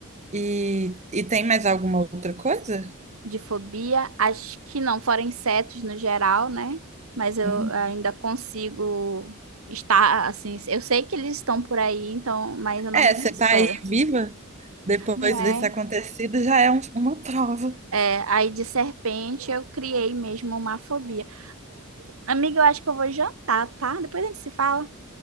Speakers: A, on the right (about 30°); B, on the right (about 75°).
A: E, e tem mais alguma outra coisa?
B: De fobia, acho que não, fora insetos no geral, né, mas eu
A: Hum.
B: ainda consigo estar assim. Eu sei que eles estão por aí, então, mas eu não
A: É,
B: me desespero.
A: você tá aí viva depois
B: Não é.
A: desse acontecido já é um- uma prova.
B: É, aí de serpente eu criei mesmo uma fobia. Amiga, eu acho que eu vou jantar, tá? Depois a gente se fala.